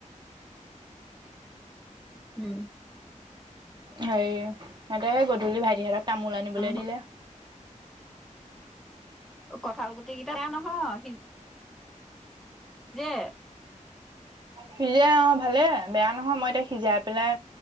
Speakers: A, in the centre; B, on the right (about 35°).
A: উম।
B: হেৰি সিহঁতে গধূলি ভাইটিহঁতক তামোল আনিবলে
A: অ
B: দিলে।
A: কঁঠাল গুটি কিটা বেয়া নহয়। সিজ যে
B: সিজে অ ভালে, বেয়া নহয়। মই এতিয়া সিজাই পেলাই